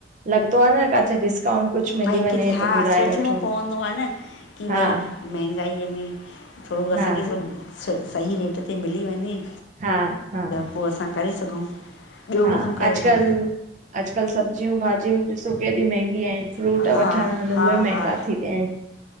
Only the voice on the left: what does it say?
भई
किथे हा
सोचिणो
पवंदो आ न की
भई महांगाईअ में थोरो असांखे
सब स सही रेट ते मिली वञे।
पो असां करे सघूं ॿियो
बि कम करे
वठूं।
हा
हा
हा